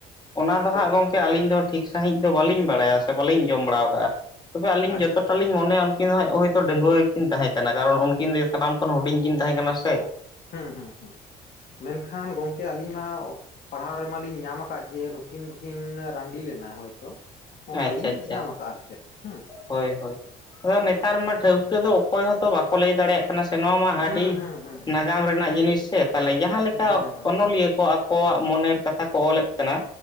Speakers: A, on the left; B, on the left.
A: ᱚᱱᱟ ᱫᱚ
B: ᱥᱮ
A: ᱦᱟᱸᱜ ᱜᱚᱝᱠᱮ, ᱟᱹᱞᱤᱧ ᱫᱚ ᱴᱷᱤᱠ ᱥᱟᱺᱦᱤᱡ ᱫᱚ ᱵᱟᱹᱞᱤᱧ ᱵᱟᱲᱟᱭᱟ ᱥᱮ ᱵᱟᱹᱞᱤᱧ ᱟᱸᱡᱚᱢ ᱵᱟᱲᱟᱣ ᱠᱟᱜ-ᱟ᱾ ᱛᱚᱵᱮ ᱟᱹᱞᱤᱧ
B: ᱟᱪᱪᱷᱟ
A: ᱡᱚᱛᱚᱴᱟ
B: ᱟᱪᱪᱷᱟ
A: ᱞᱤᱧ ᱢᱚᱱᱮᱭᱟ ᱩᱱᱠᱤᱱ ᱫᱚ ᱦᱟᱸᱜ ᱦᱳᱭᱛᱳ ᱰᱟᱺᱜᱩᱣᱟᱹ ᱜᱮᱠᱤᱱ ᱛᱟᱦᱮᱸ ᱠᱟᱱᱟ ᱠᱟᱨᱚᱱ ᱩᱱᱠᱤᱱ ᱫᱚ ᱥᱟᱱᱟᱢ ᱠᱷᱚᱱ ᱦᱩᱰᱤᱧ ᱠᱤᱱ ᱛᱟᱦᱮᱸ ᱠᱟᱱᱟ ᱥᱮ᱾ <inaudible>
B: ᱦᱩᱸ ᱦᱩᱸ ᱦᱩᱸ ᱢᱮᱱᱠᱷᱟᱱ ᱜᱚᱝᱠᱮ ᱟᱹᱞᱤᱧ ᱢᱟ ᱯᱟᱲᱦᱟᱣ ᱨᱮᱢᱟ ᱞᱤᱧ ᱧᱟᱢ ᱟᱠᱟᱫ ᱡᱮ ᱱᱩᱠᱤᱱ ᱫᱚ ᱠᱤᱱ ᱨᱟᱺᱰᱤ ᱞᱮᱱᱟᱭ ᱦᱳᱭᱛᱚ ᱾ ᱚᱱᱠᱟ
A: ᱟᱪᱪᱷᱟ
B: ᱞᱤᱧ
A: ᱟᱪᱪᱷᱟ
B: ᱧᱟᱢ ᱟᱠᱟᱜ-ᱟ ᱟᱨ ᱪᱮᱫ ᱾ ᱦᱩᱸ ᱾
A: ᱦᱳᱭ ᱦᱳᱭ, ᱟᱫᱚ ᱱᱮᱛᱟᱨ ᱢᱟ ᱴᱷᱟᱹᱣᱠᱟᱹ ᱫᱚ ᱚᱠᱚᱭ ᱦᱚᱸᱛᱚ ᱵᱟᱠᱚ ᱞᱟᱹᱭ ᱫᱟᱲᱮᱭᱟᱜ ᱠᱟᱱᱟ ᱥᱮ ᱱᱚᱣᱟ ᱢᱟ
B: ᱦᱮᱸ
A: ᱟᱹᱰᱤ
B: ᱦᱮᱸ ᱦᱮᱸ
A: ᱱᱟᱜᱟᱢ ᱨᱮᱱᱟᱜ ᱡᱤᱱᱤᱥ ᱥᱮ, ᱛᱟᱦᱚᱞᱮ ᱡᱟᱦᱟᱸ ᱞᱮᱠᱟ
B: ᱦᱮᱸ
A: ᱚᱱᱚᱞᱤᱭᱟᱹ ᱠᱚ ᱟᱠᱚᱣᱟᱜ ᱢᱚᱱᱮᱨ ᱠᱟᱛᱷᱟ ᱠᱚ ᱚᱞᱮᱫ ᱠᱟᱱᱟ,